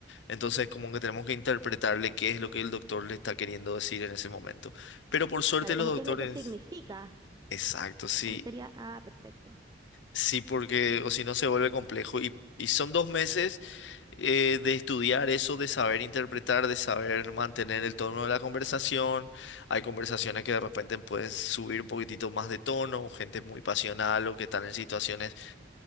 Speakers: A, on the left; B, on the right.
A: Entonces, como que tenemos que interpretarle qué es lo que el doctor le está queriendo decir en ese momento. Pero por suerte
B: claro,
A: los
B: como
A: doctores...
B: qué es lo que significa.
A: Exacto, sí.
B: ¿Cómo sería? Ah, perfecto.
A: Sí, porque
B: Te-
A: o si no se vuelve complejo. Y, y son dos meses eh, de estudiar eso, de saber interpretar, de saber mantener el tono de la conversación. Hay conversaciones que de repente puedes subir un poquitito más de tono, gente muy pasional o que están en situaciones